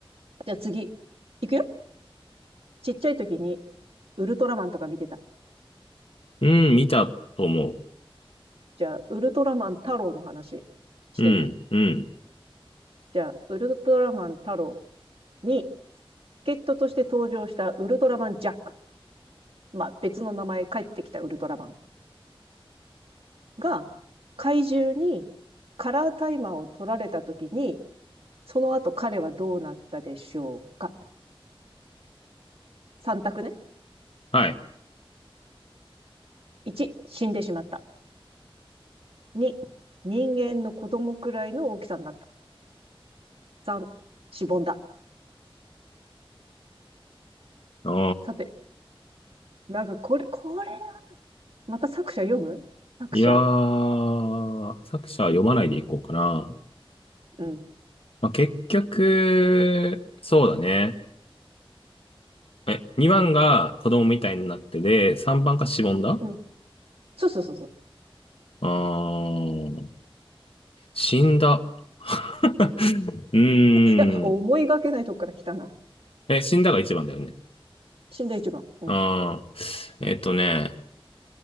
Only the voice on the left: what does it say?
う。うん、見たと思う。
うん、うん。
はい。
あー
いやー、作者は読まないでいこうかな。
まあ、結局、そうだね。え、2番が子供みたいになってで、3番がしぼんだ
あー、死んだ。<laughs> うーん。
え、死んだが1番だよね。
あー、えっとね、